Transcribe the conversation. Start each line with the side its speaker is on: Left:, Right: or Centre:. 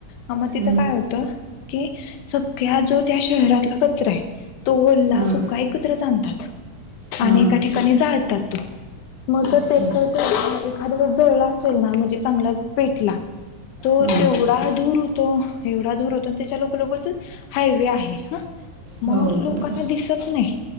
Left: आ मग तिथं
Right: हं
Left: काय होतं कि सग्या जो त्या शहरातला कचरा आहे. तो वल्ला
Right: हां
Left: सुका एकत्र जाणतात. आणि
Right: हां
Left: एका ठिकाणी जाळात तो मग
Right: अच्छा
Left: त्याच ज एखाद वळे जळला असेल ना म्हणजे चांगला पेटला तो
Right: हां
Left: तेवढा धुर होतो. एवढा धुर होतो त्याच्या लोग लोगच हायवे आहे ह मग
Right: हो
Left: लोकांना
Right: बरोबर
Left: दिसत नाही